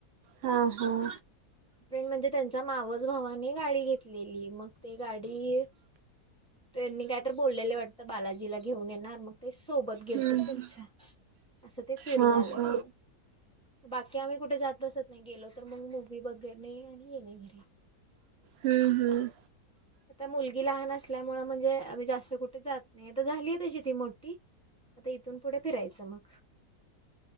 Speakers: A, on the right (about 70°); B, in the centre.
A: हां हं.
B: फ्रेंड म्हणजे त्यांच्या मावस भावाने गाडी घेतलेली, मग ति गाडी <inaudible> त्यांनी कायतर बोललेले वाटतं, बालाजीला घेऊन येणार मग ते सोबत गेलतेत
A: हम्म
B: त्यांच्या. असं ते फिरून
A: हा हा
B: आले म्. बाकी आम्ही कुठे जात बसत नाही, गेलो तर मग मुव्ही बघणे आणि येणे घरी.
A: ह्म ह्म.
B: आता मुलगी लहान असल्यामुळ, म्हणजे आम्ही जास्त कुठं जातं नाही, आता झालीय ति तशी मोठी. आता इथून पुढे फिरायचं मग,